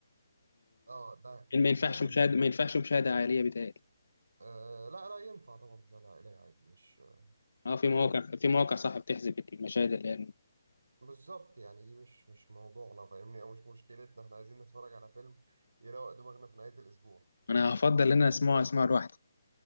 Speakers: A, on the right; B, on the left.
A: اه ده
B: آه، ما ينفعش
A: ده يخلي
B: مشاهدة ما ينفعش مشاهدة عائلية بيتهيألي
A: آه لا لا ينفع طبعا مشاهدة عائلية عادي مش
B: اه في
A: يعني
B: مواقع في مواقع صح بتحذف المشاهد اللي يعني
A: بالظبط يعني دي مش مش موضوعنا فاهمني او مش مشكلتنا احنا عايزين نتفرج على فيلم يروق دماغنا في نهاية الاسبوع
B: أنا هفضل إن أنا أسمعه أسمعه لوحدي